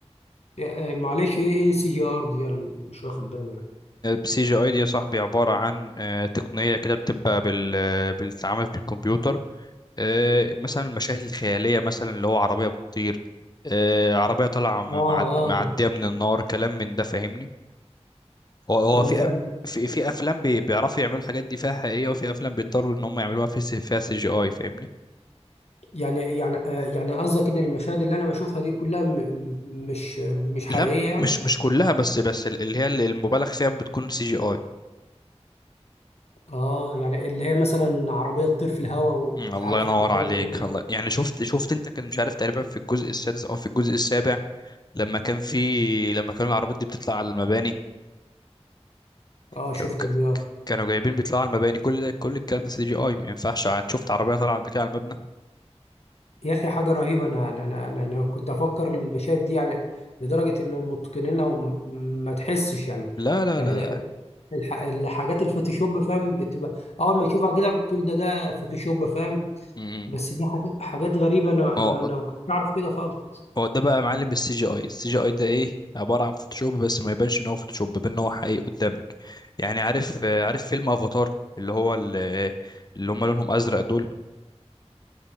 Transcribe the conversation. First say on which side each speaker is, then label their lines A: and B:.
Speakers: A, on the left; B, on the left.
A: آه، معلش إيه إيه سي جي آر دي أنا مش واخد بالي يعني
B: سي جي اي دي يا صاحبي عبارة عن آه، تقنية كده بتبقى بال آه، بالتعامل بالكمبيوتر آه، مثلا المشاهد الخيالية مثلا اللي هو عربية بتطير آه، عربية طالعة م-
A: آه
B: معد-
A: آه
B: معدية من النار كلام من ده فاهمني هو هو
A: أنا
B: في
A: فاهم
B: أ- في في افلام بي- بيعرفوا يعملوا الحاجات دي فيها حقيقيه وفي افلام بيضطروا ان هم يعملوها في س- فيها سي جي اي فاهمني
A: يعني يعني آه، يعني قصدك ان المشاهد اللي انا بشوفها دي كلها م م- مش مش حقيقية
B: لا
A: يعني
B: مش مش كلها بس بس ال- اللي هي اللي المبالغ فيها بتكون سي جي اي
A: اه يعني اللي هي مثلا عربية تطير في الهواء ومش
B: مم، الله
A: عارف
B: ينور
A: حركات
B: عليك
A: غريبة
B: الله يعني شفت شفت انت كان مش عارف تقريبا في الجزء السادس او في الجزء السابع لما كان في لما كانوا العربيات دي بتطلع على المباني
A: اه
B: كانوا
A: شفت
B: ك-
A: دي اه
B: كانوا جايبين بيطلعوا على المباني كل ده كل الكلام ده سي جي اي ما ينفعش عن- شفت عربيه طالعه بكده على المبنى
A: يا اخي حاجة رهيبة انا انا انا, أنا أنا كنت افكر المشاهد دي يعني لدرجة انهم متقنينها وما تحسش يعني
B: لا لا
A: يعني
B: لا لا
A: الح... الحاجات الفوتوشوب فاهم بتبقى اول ما تشوفها كده بتقول ده ده فوتوشوب فاهم
B: مم.
A: بس دي حاجات حاجات غريبة انا انا
B: اه
A: انا ما كنتش اعرف كده خالص
B: هو ده بقى يا معلم السي جي اي السي جي اي ده ايه عباره عن فوتوشوب بس ما يبانش ان هو فوتوشوب بيبان ان هو حقيقي قدامك يعني عارف آه، عارف فيلم افاتار اللي هو ال- آه، اللي هم لونهم ازرق دول